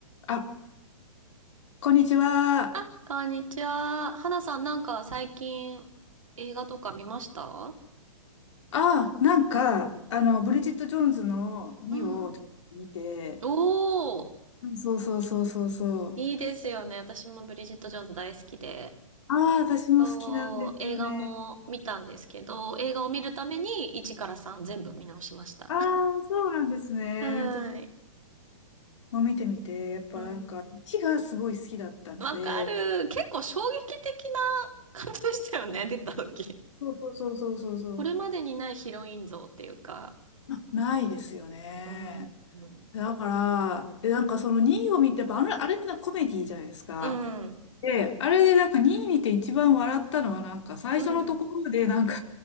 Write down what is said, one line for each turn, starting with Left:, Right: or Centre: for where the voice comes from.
Left: あ、こんにちは。
Right: あ、こんにちは。花さん、なんか最近映画とか見ました
Left: あ、なんか、あの、
Right: うん
Left: ブリジット・ジョーンズの2をちょっと見て、
Right: うんおー、
Left: うんそうそうそうそうそう。
Right: いいですよね。私もブリジット・ジョーンズ大好きで。
Left: ああ、私も好きなんですよね。
Right: そう、映画も見たんですけど、映画を見るために1から3全部見直しました。
Left: ああ、そうなんですね。
Right: <laughs> はーい。
Left: ちょっと、もう見てみて、やっぱなんか、
Right: うん。
Left: 1がすごい好きだったので、
Right: わかる。結構衝撃的な感じでしたよね、出た時。
Left: そうそうそうそうそう、
Right: これまでにないヒロイン像っていうか、
Left: あないですよね。
Right: うん、うん、
Left: だから、で、なんかその2を見て、やっぱあの、あれってなコメディじゃないですか。
Right: うん、
Left: で、あれでなんか2位見て一番笑ったのはなんか最初のところでなんか
Right: う